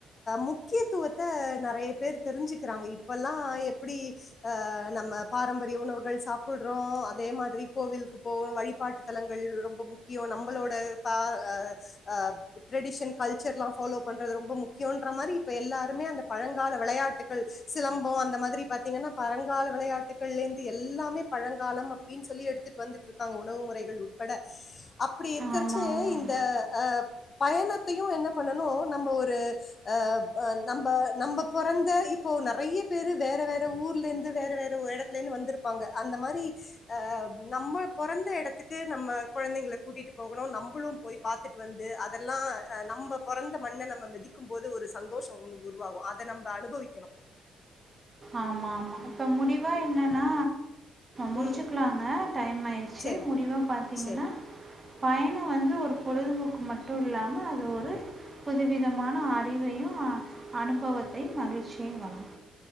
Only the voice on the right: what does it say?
ஆமாம் ஆமாங்க
ஆமா ஆமா இப்ப முடிவா என்னன்னா முடிச்சுக்கலாங்க
டைம் ஆயிடுச்சு
முடிவ பாத்தீங்கன்னா
பயணம் வந்து ஒரு பொழுதுபோக்கு மட்டும் இல்லாமல அது ஒரு புதுவிதமான அறிவையும் அனுபவத்தையும் மகிழ்ச்சியையும் வரும்